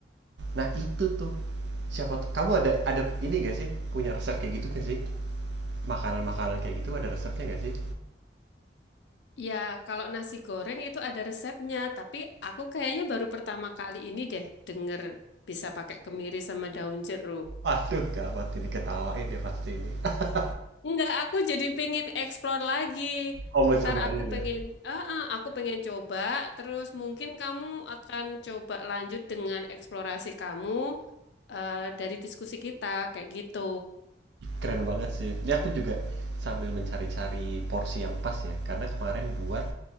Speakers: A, on the right; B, on the left.
A: Nah, itu tuh. Siapa tuh kamu ada ada ini nggak sih, punya resep kayak gitu nggak sih? Makanan-makanan kayak gitu ada resepnya nggak sih?
B: ya kalau nasi goreng itu ada resepnya, tapi aku kayaknya baru pertama kali ini deh denger bisa pakai kemiri sama daun jeruk.
A: Waduh, gawat ini ketawain deh pasti ini. <laughs>
B: Enggak, aku jadi pengen explore lagi.
A: oh Kamu
B: Ntar
A: cobain
B: aku pengen,
A: ya?
B: ah, ah, aku pengen coba. Terus mungkin kamu akan coba lanjut dengan eksplorasi kamu eh, dari diskusi kita kayak gitu.
A: Keren banget sih. Ini aku juga sambil mencari-cari porsi yang pas ya, karena kemarin buat,